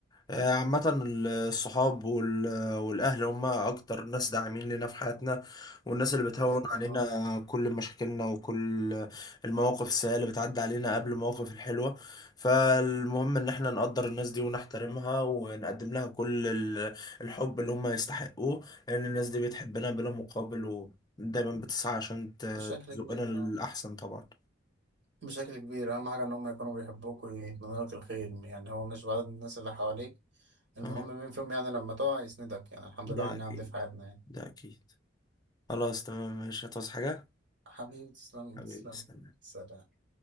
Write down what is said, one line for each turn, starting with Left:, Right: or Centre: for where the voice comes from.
Left: آه، عامة الصحاب وال- والأهل هم أكتر ناس داعمين لنا في حياتنا والناس اللي بتهون
Right: جدا
Left: علينا
Right: اه
Left: كل مشاكلنا وكل المواقف السيئة اللي بتعدي علينا قبل المواقف الحلوة فالمهم إن احنا نقدر الناس دي ونحترمها ونقدم لها كل ال- الحب اللي هم يستحقوه لأن الناس دي بتحبنا بلا مقابل ودايما بتسعى عشان ت-
Right: بشكل
Left: تزقنا
Right: كبير
Left: للأحسن
Right: اه
Left: طبعا
Right: بشكل كبير أهم حاجة إن هم يكونوا بيحبوك ويتمنوا لك الخير يعني هو مش بعدد الناس اللي حواليك المهم
Left: آه،
Right: مين فيهم يعني لما تقع يسندك يعني الحمد
Left: ده
Right: لله على النعم
Left: أكيد
Right: دي في حياتنا يعني
Left: ده أكيد خلاص تمام ماشي هتعوز حاجة
Right: حبيبي تسلم
Left: حبيبي
Right: تسلم
Left: سلام
Right: سلام